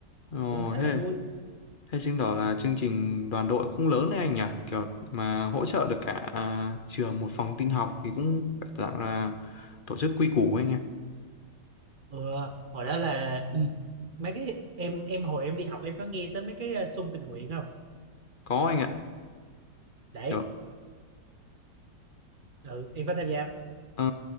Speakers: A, on the left; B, on the right.
A: Ồ,
B: cũng khá
A: thế
B: là vui
A: thế chứng tỏ là chương trình đoàn đội cũng lớn đấy anh nhỉ kiểu mà hỗ trợ được cả à, trường một phòng tin học thì cũng phải dạng là tổ chức quy củ ấy anh nhỉ.
B: ừ, hồi đó là ừ, mấy cái em em hồi em đi học em có nghe tới mấy cái ờ, xung tình nguyện không
A: có anh ạ
B: đấy
A: kiểu
B: ừ, em có tham gia không?
A: ờ,